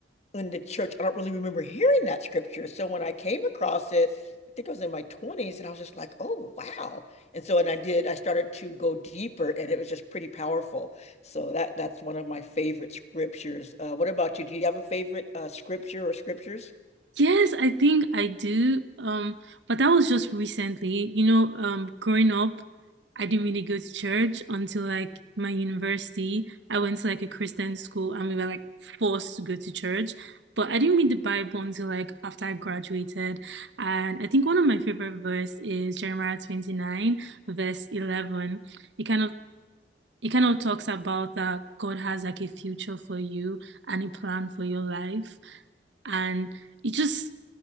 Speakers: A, on the left; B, on the right.
A: in the church, I don't really remember hearing that scripture. So when I came across it, I think I was in my 20s and I was just like, oh, wow. And so, and I did, I started to go deeper and it was just pretty powerful. So that that's one of my favorite scriptures. Uh, what about you? Do you have a favorite uh, scripture or scriptures?
B: Yes, I think I do. Um, but that was just recently. You know, um, growing up, I didn't really go to church until like my university. I went to like a Christian school, and we were like forced to go to church. But I didn't read the Bible until like after I graduated. And I think one of my favorite verse is Jeremiah 29, verse 11. It kind of It kind of talks about that God has like a future for you and a plan for your life. And it just,